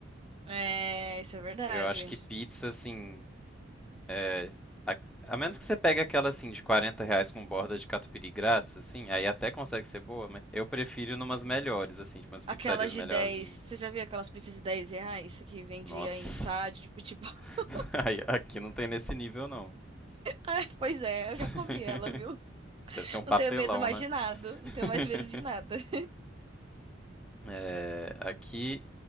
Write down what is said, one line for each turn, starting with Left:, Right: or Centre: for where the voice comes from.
Right: É, isso é verdade.
Centre: Eu acho que pizza, assim, É, a, a menos que você pegue aquela assim de 40 reais com borda de catupiry grátis, assim, aí até consegue ser boa, mas eu prefiro numas melhores, assim, tipo umas pizzarias
Right: Aquelas
Centre: melhorzinhas.
Right: de dez Você já viu aquelas pizzas de 10 reais que vendia
Centre: Nossa,
Right: em estádio de futebol? <laughs>
Centre: <laughs> aí, aqui não tem nesse nível não.
Right: Ah, pois é, eu
Centre: <laughs>
Right: já comi ela, viu?
Centre: Deve ser um papelão,
Right: Não tenho medo mais
Centre: né?
Right: de nada. Não
Centre: <laughs>
Right: tenho mais medo de nada. <laughs>
Centre: É, aqui.